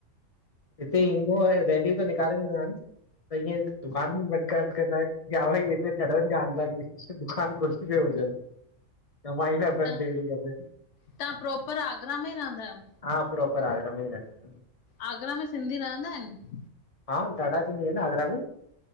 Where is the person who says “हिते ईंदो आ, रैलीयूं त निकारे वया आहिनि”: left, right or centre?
Left